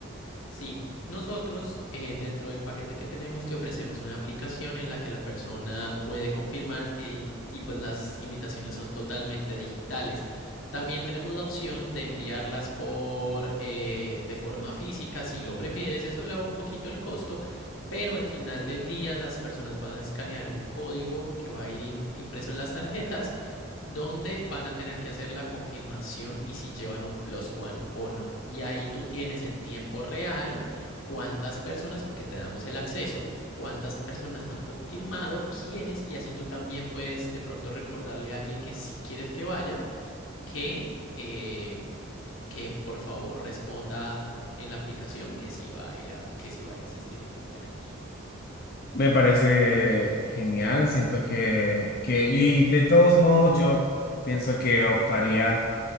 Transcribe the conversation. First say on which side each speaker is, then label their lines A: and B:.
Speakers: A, on the left; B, on the left.
A: Sí, nosotros eh, dentro del paquete que tenemos te ofrecemos una aplicación en la que la persona puede confirmar e- y pues las invitaciones son totalmente digitales. También tenemos la opción de enviarlas por eh, de forma física, si lo prefieres, eso eleva un poquito el costo, pero al final del día las personas van a escanear un código que va a ir in- impreso en las tarjetas donde van a tener que hacer la confirmación y si llevan un plus one o no. Y ahí tú tienes en tiempo real cuántas personas, porque te damos el acceso, cuántas personas han confirmado, quiénes, y así tú también puedes de pronto recordarle a alguien que sí quieres que vaya, que, eh, que por favor responda en la aplicación que sí va a ir a, que sí va a ir a asistir al cumpleaños.
B: Me parece genial, siento que, que, y de todos modos yo pienso que optaría